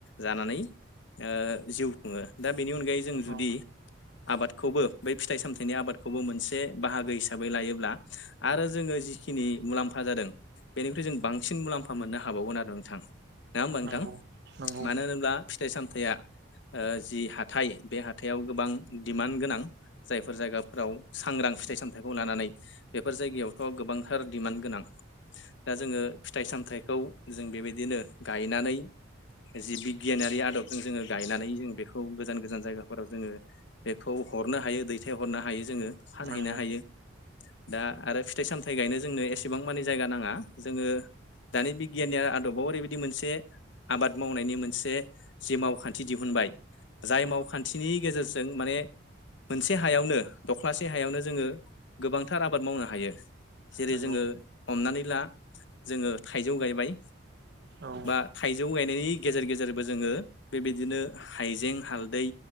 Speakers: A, on the left (about 65°); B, on the right (about 55°).
A: जानानै ओ जिउ खुङो दा बेनि अनगायै जों जुदि
B: औ
A: आबादखौबो बै फिथाइ सामथाइनि आबादखौबो मोनसे बाहागो हिसाबै लायोब्ला आरो जोङो जिखिनि मुलाम्फा जादों बेनिख्रुइ जों बांसिन मुलाम्फा मोननो हाबावगोन आरो नोंथां नोङा होमबा
B: नंगौ
A: नोंथां
B: नंगौ
A: मानो होनोब्ला फिथाइ सामथाइया ओ जि हाथाइ बे हाथाइयाव गोबां डिमान्ड गोनां जायफोर जायगाफोराव सांग्रां फिथाइ सामथाइखौ लानानै बेफोर जायगायावथ' गोबांथार डिमान्ड गोनां दा जोङो फिथाइ सामथाइखौ जों बेबायदिनो गायनानै जि बिगियानारि आदबजों जोङो गायनानै जों बेखौ गोजान गोजान जायगाफोराव जोङो बेखौ हरनो हायो दैथाय हरनो हायो जोङो फानहैनो
B: नंगौ
A: हायो दा आरो फिथाइ सामथाइ गायनो जोंनो एसेबां मानि जायगा नाङा जोङो दानि बिगियान नि आदबाव ओरैबायदि मोनसे आबाद मावनायनि मोनसे जि मावखान्थि दिहुनबाय जाय मावखान्थिनि गेजेर जों माने मोनसे हायावनो दख्लासे हायावनो जोङो गोबांथार आबाद मावनो हायो जेरै
B: नंगौ
A: जोङो हमनानै ला जोङो थाइजौ गायबाय
B: औ
A: बा थाइजौ गायनायनि गेजेर गेजेरबो जोङो बेबायदिनो हाइजें हालदै